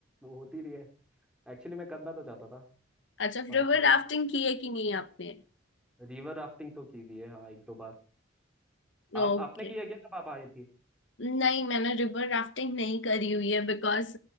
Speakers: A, in the centre; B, on the left.
A: वो होती रही है एक्चुअली मैं करना तो चाहता था
B: अच्छा
A: पर
B: फिर वो
A: हो
B: राफ्टिंग
A: नहीं
B: की है कि नहीं आपने
A: रिवर राफ्टिंग तो की हुई है हाँ एक दो बार आप
B: ओके
A: आपने किया क्या जब आप आई थी
B: नहीं मैंने रिवर राफ्टिंग नहीं करी हुई है बिकॉज